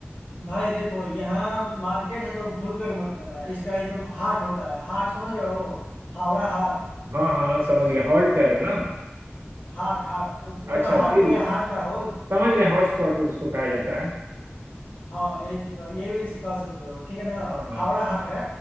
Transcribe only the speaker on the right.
हाँ हाँ समझ गया हॉल्ट कह रहे हो ना
अच्छा
दिल
समझ गए हॉटस्पॉट उसको कहा जाता है
हाँ हाँ